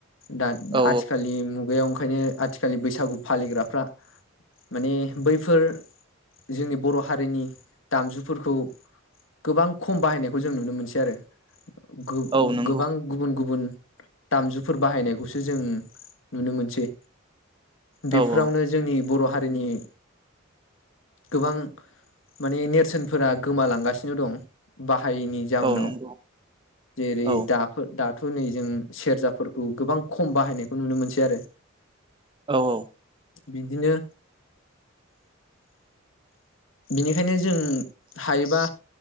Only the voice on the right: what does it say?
औ
औ नंगौ
औ औ
औ नंगौ
औ
औ औ